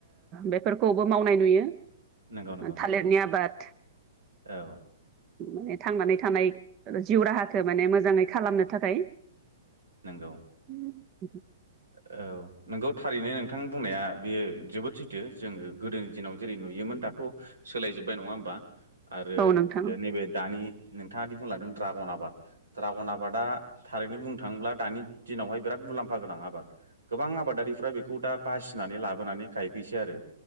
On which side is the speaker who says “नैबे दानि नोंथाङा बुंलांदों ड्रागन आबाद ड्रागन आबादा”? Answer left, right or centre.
Right